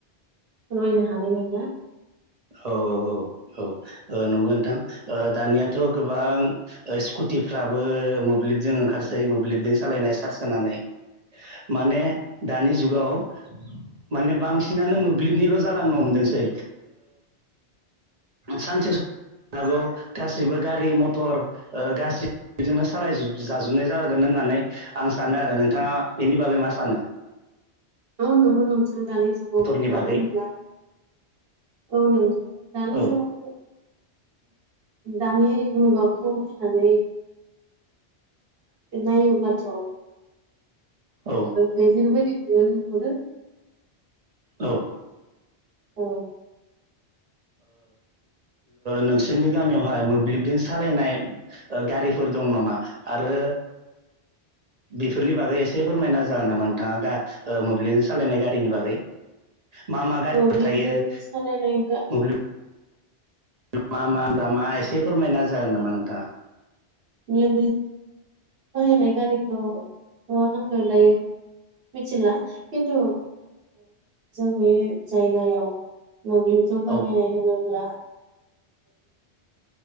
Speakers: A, on the right (about 60°); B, on the right (about 40°).
A: नायनो हानाय नंला
B: औ औ औ औ नंगौ नोंथां दानियाथ' गोबां स्कुटिफ्राबो मोब्लिबजों ओंखारसै मोब्लिबजों सान सालायनाय सार्स होनानै माने दानि जुगाव माने बांसिनानो मोब्लिब बि्लिबनिल' जालांनो हमदोंसै सानसे सम हागौ गासिबो गारि मथर गासिजोंनो सालाय जाजोबनाय जागोन न होननानै आं सानो आरो नोंथाङा बेनि बागै मा सानो
A: ओ नंगौ नोंथां दानि जुगाव
B: मथरनि
A: दानि
B: बागै औ
A: जुगाव दानि मुगाखौ नायनानै नायोब्ला थ
B: औ
A: बेफोरबायदिखौनो नुहुरो
B: औ
A: औ
B: नोंसोरनि गामियावहाय मोब्लिबजों सालायनाय गारिफोर दं नामा आरो बेफोरनि बागै एसे फोरमायना जागोन नामा नोंथाङा मोब्लिबजों सालायनाय गारिनि बागै मा मा गारिफोर
A: मोब्लिबजों
B: थायो
A: सालायनाय गा
B: मोब्लिब मा मा होनग्रामा एसे फोरमायना जागोन नामा नोंथाङा
A: जों बाहायनाय गारिखौ आंनानै लायो मिथिला खिन्थु जोंनि जायगायाव मोब्लिबजों बाहायनाय
B: औ
A: होनोब्ला